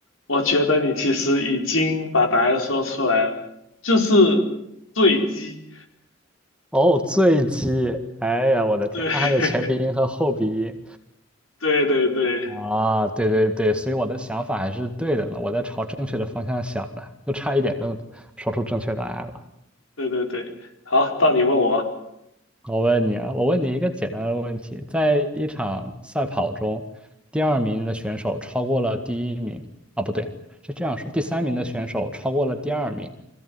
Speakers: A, on the left; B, in the centre.
A: 我觉得你其实已经把答案说出来了，就是坠机。
B: 哦，醉鸡，哎呀，我的天，
A: 对，
B: 它还有前鼻音和后鼻音
A: <laughs> 对对对
B: 啊！对对对，所以我的想法还是对的呢，我在朝正确的方向想的，就差一点就说出正确答案了。
A: 对对对，好，到你问我。
B: 我问你啊，我问你一个简单的问题，在一场赛跑中，第二名的选手超过了第一名啊，不对，是这样说，第三名的选手超过了第二名，